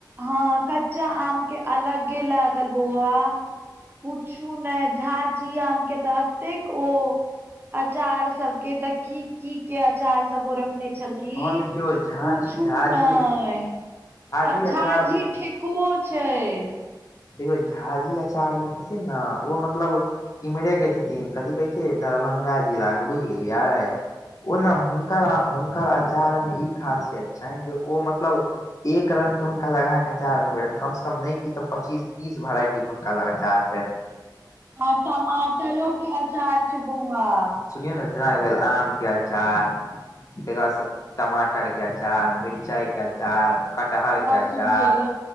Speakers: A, on the right (about 30°); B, on the left (about 45°).
A: ह कच्चा आम के अलगे लागल बौआ। पूछू नहि झा जी आम के त अतेक ओ अचार सब के त की की के अचार सब ओ रखने छल। की
B: हँ देखियौ झा
A: पूछू
B: झा
A: नहि।
B: जी
A: आ
B: जी
A: झा
B: आचार्य
A: जी ठेकुओ छैय।
B: देखियौ झाजी अचार जे छथिन न ओ मतलब एम्हरे के छथिन कथि कहैय छै दरभंगा जिला के बुझि गेलियै। ओ ने हुनकर हुनकर आचार मे ई खासियत छनै जे ओ मतलब एक रगं के हुनका लग अचार नैय भेटत कम से कम नहि किछ त पच्चीस तीस भेराइटी के हुनका लग अचार छै।
A: आ टमाटरो के अचार छै बौआ।
B: सुनियौ न जेना भेल आम के अचार तकर बाद टमाटर के क अचार मिरचाय के अचार, कटहर के
A: लहसुन
B: अचार,
A: के